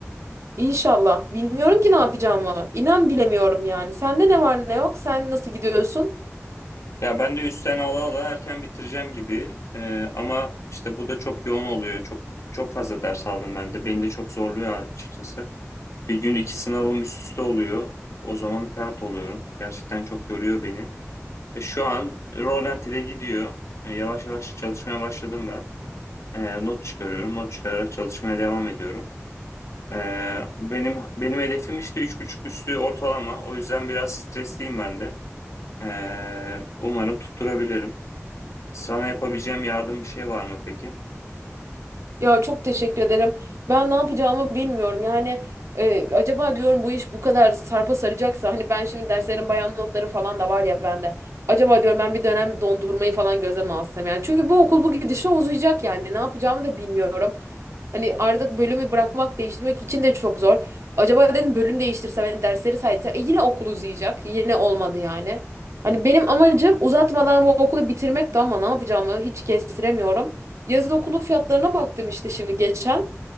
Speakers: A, on the right; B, on the left.
A: İnşallah. Bilmiyorum ki ne yapacağımı. İnan bilemiyorum yani. Sende ne var ne yok? Sen nasıl gidiyorsun?
B: Ya ben de üstten ala ala erken bitireceğim gibi. Ee, ama işte bu da çok yoğun oluyor. Çok çok fazla ders aldım ben de. Beni de çok zorluyor açıkçası. Bir gün iki sınavım üst üste oluyor. O zaman pert oluyorum. Gerçekten çok yoruyor beni. E, şu an Roland ile gidiyor. E, yavaş yavaş çalışmaya başladım ben. E, not çıkarıyorum. Not çıkararak çalışmaya devam ediyorum. E, benim benim hedefim işte üç buçuk üstü ortalama. O yüzden biraz stresliyim ben de. E, umarım tutturabilirim. Sana yapabileceğim yardım bir şey var mı peki?
A: Ya çok teşekkür ederim. Ben ne yapacağımı bilmiyorum. Yani e, acaba diyorum bu iş bu kadar sarpa saracaksa hani ben şimdi derslerin bayan notları falan da var ya bende. Acaba diyorum ben bir dönem dondurmayı falan gözeme alsam yani. Çünkü bu okul bu gidişe uzayacak yani. Ne yapacağımı da bilmiyorum. Hani artık bölümü bırakmak, değiştirmek için de çok zor. Acaba dedim bölüm değiştirsem, hani dersleri saydıysam e, yine okul uzayacak. Yine olmadı yani. Hani benim amacım uzatmadan bu okulu bitirmekti ama ne yapacağımı hiç kestiremiyorum. Yaz okulu fiyatlarına baktım işte şimdi geçen.